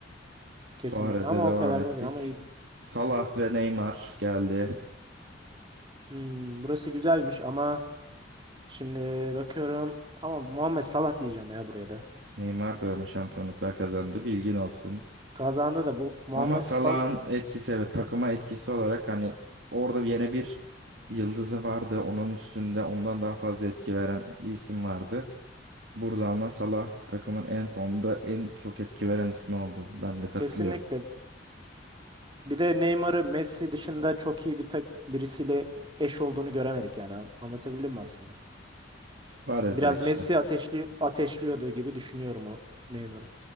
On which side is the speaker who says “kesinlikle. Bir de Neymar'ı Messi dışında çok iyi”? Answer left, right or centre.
Right